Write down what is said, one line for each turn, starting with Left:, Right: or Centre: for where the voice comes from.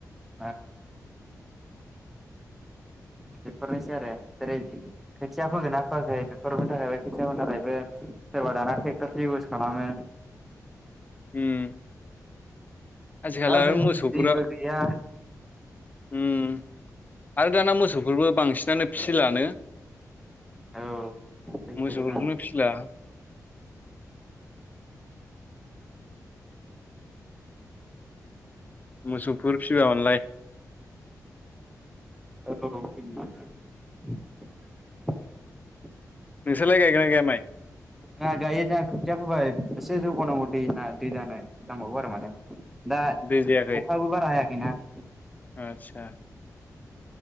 Centre: औ बेफोरनोसै आरो जेरै खोथिया फोगोना फोयाखै बेफोरनि थाखायबो खोथियाफोरनि थाखायबो सोरबा दाना ट्रेक्टर इउस खालामो।
Left: उम आजिखाल
Centre: दा
Left: आरो
Centre: जोंनि
Left: मोसौफोरा
Centre: दैबो गैया
Left: ओम आरो दाना मोसौफोरबो बांसिनानो फिसिलानो।
Centre: औ सैथो
Left: मोसौफोरखौनो
Centre: खोथा
Left: फिसिला। <inaudible> मोसौफोर फिबानलाय।
Centre: औ। <unintelligible>
Left: नोंसोरलाय गायगोन ना गैया माइ?
Centre: जोंहा गायो जोंहा खोथिया फोबाय एसे जौगानांगौ दै दै जानाय नांबावगौ आरो माने। दा अखायाबो
Left: दै जायाखै
Centre: बारा हायाखैना <unintelligible>
Left: आदसा